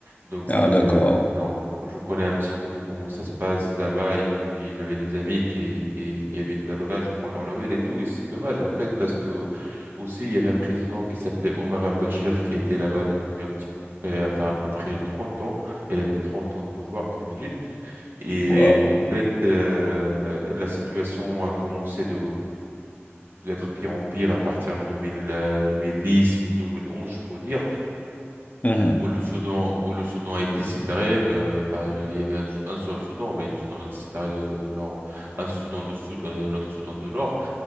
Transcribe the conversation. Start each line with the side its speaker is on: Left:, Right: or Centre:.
Right: Donc,
Left: Ah,
Right: euh,
Left: d'accord.
Right: genre, je connais un petit peu de comment ça se passe là-bas. Et puis, j'avais des amis qui, qui, qui habitent là-bas. Je prends leurs nouvelles et tout. Et c'est dommage, en fait, parce que aussi, il y avait un président qui s'appelait Omar al-Bashir qui était là-bas depuis un petit peu près, enfin, à peu près 30 ans. Il avait 30 ans de pouvoir, t'imagines? Et
Left: Wow.
Right: en fait, euh, la situation a commencé de d'être pire en pire à partir de 2000, euh, 2010 ou 2011, je peux dire,
Left: Mhm.
Right: où le Soudan, où le Soudan a été séparé. euh, Enfin, il y avait un, un seul Soudan, mais le Soudan a été séparé, euh, genre un Soudan du Sud et un autre Soudan du Nord.